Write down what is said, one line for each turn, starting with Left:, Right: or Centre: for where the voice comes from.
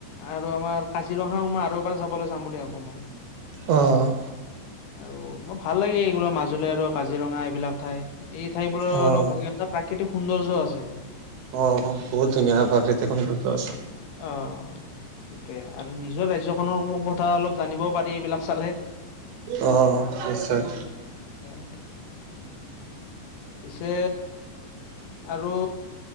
Left: আৰু আমাৰ কাজিৰঙা <unintelligible> আৰু এবাৰ যাবলৈ যাম বুলি ভাবোঁ মই।
Right: অ'।
Left: আৰু মই ভাল লাগে, এইবোৰ মাজুলী আৰু কাজিৰঙা এইবিলাক ঠাই। এই ঠাই বোৰৰ
Right: অ',
Left: অলপ তাত প্ৰাকৃতিক সৌন্দৰ্য আছে।
Right: অ' বহুত ধুনীয়া প্ৰাকৃতিক সৌন্দৰ্য আছে।
Left: অ' সেইটোৱে, আৰু নিজৰ ৰাজ্যখনৰ <unintelligible> কথা অলপ জানিবও পাৰি এইবিলাক চালে।
Right: অ' নিশ্চয়।
Left: হয়, হয়, পিছে আৰু